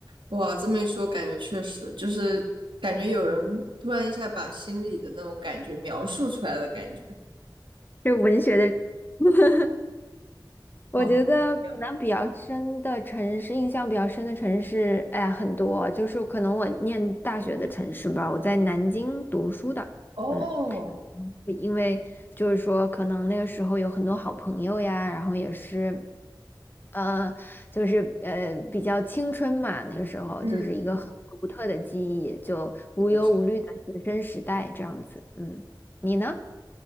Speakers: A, on the right; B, on the left.
A: 哇，这么一说，感觉确实就是感觉有人突然一下把心里的那种感觉描述出来的感觉，
B: 就是文学的。<laughs> 我觉得可能比较深的城市，
A: 哦，好奇妙，
B: 印象比较深的城市，哎呀，很多，就是可能我念大学的城市吧，我在南京读书的，
A: 哦，
B: 嗯，因为就是说，可能那个时候有很多好朋友呀，然后也是，呃，就是呃比较青春嘛，那个时候就是一个很独特的记忆，
A: 嗯，
B: 就无忧无虑的学生时代这样子，
A: 是的，是的。
B: 嗯，你呢？